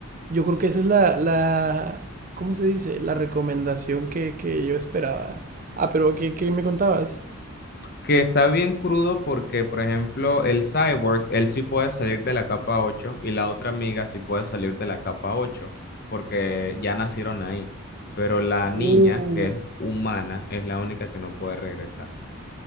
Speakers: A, on the right (about 35°); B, on the left (about 45°).
A: Yo creo que esa es la, la... ¿Cómo se dice? La recomendación que, que yo esperaba. Ah, pero ¿qué, qué me contabas?
B: que está bien crudo porque, por ejemplo, el Cyborg, él sí puede salir de la capa ocho y la otra amiga sí puede salir de la capa 8 porque ya nacieron ahí. Pero la niña,
A: Uh,
B: que es humana, es la única que no puede regresar.